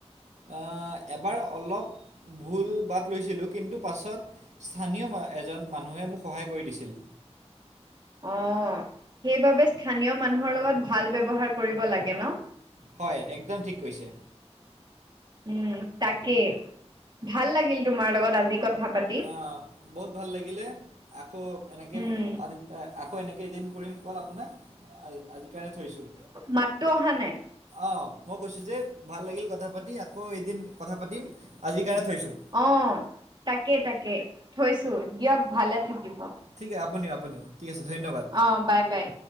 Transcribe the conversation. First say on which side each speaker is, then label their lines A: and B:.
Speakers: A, on the right; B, on the right.
A: আ এবাৰ অলপ ভুল বাট লৈছিলোঁ কিন্তু পাছত স্থানীয় এজন মানুহে মোক সহায় কৰি দিছিল।
B: অ সেইবাবে স্থানীয় মানুহৰ লগত ভাল ব্যৱহাৰ কৰিব লাগে ন
A: হয় একদম ঠিক কৈছে
B: উম তাকে ভাল লাগিল তোমাৰ লগত আজি কথা পাতি
A: আ, বহুত ভাল লাগিলে আকৌ এনেকে
B: উম
A: পাতি আকৌ এনেকে এদিন কৰিম কল আপোনাক আজিৰ কাৰণে থৈছোঁ।
B: মাততো অহা নাই?
A: অ মই কৈছো যে ভাল লাগিল কথা পাতি আকৌ এদিন কথা পাতিম আজিৰ কাৰণে থৈছো
B: অ তাকে তাকে থৈছো দিয়ক ভালে থাকিব
A: ঠিকে আপুনিও আপুনিও ঠিক আছে ধন্যবাদ
B: অ বাই বাই